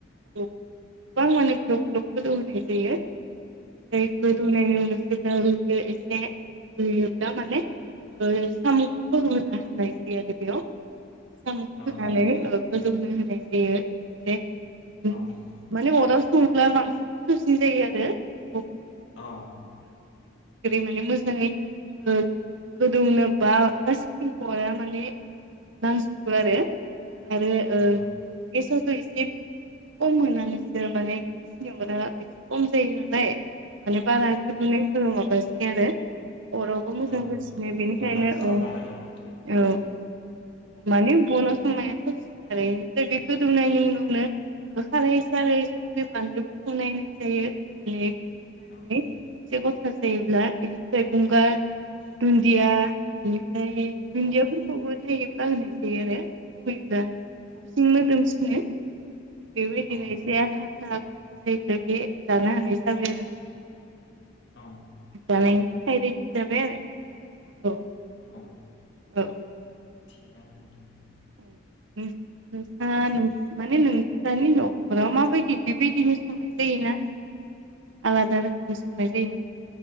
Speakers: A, on the right; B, on the left.
A: गोबां माने ग्लब ग्लब गोदौ होनाय जायो ओमफाय गोदौनायनि उनाव जोंङो एसे रुयोब्ला माने साम'खौबो होनो होननाय जायो आरो बेयाव साम'खौ
B: औ
A: होनालाय गोदोवनो होनाय जायो बेनिफ्राय
B: औ
A: माने अनाव सङोला बांसिन साबसिन जायो
B: औ
A: आरो <unintelligible> गोदौनो बा गासैबो हरा माने नांजोबो आरो आरो ओ
B: औ
A: गेसावथ' एसे खम मोना बिसोरो माने बिसनि अरा एसे खम जायो नालाय माने बारा गोरैनाय फोर माबा जाया आरो अरावबो मोजगासिनो
B: औ मोजां
A: बेनिखायनो
B: गोदोनो हास्लाबा
A: औ
B: आरो दा नोंथां
A: औ औ माने बन'संनायायाथ'सिन आरो ओमफ्राय बे गोदौनायनि उनावनो खारै सारै संख्रि बानलुफोरखौ नायनाय जायो माने
B: औ
A: <unintelligible> एसे गथा जायोब्ला बेनिफ्राय गंगार दुन्दिया बेनिफ्राय दुन्दियाफोरखौबो
B: औ
A: थायोब्ला होनाय जायो आरो बेखौ होयोब्ला साबसिन मोदोमसिनो बेबायदिनो
B: औ
A: एसे आथा आथा गथा जायोब्ला बे जानो हानाय जाबाय आरो <inaudible>
B: औ
A: जानायदि थाखाय रेदि जाबाय आरो अ
B: औ
A: औ
B: थिगानो नोंथां
A: <unintelligible> नोंसा
B: ओं
A: माने नोंसानि न'खराव माबायदि बेबायदिनो संनाय जायोना? आलादा रोखोमनि सोंनाय जायो नोंथां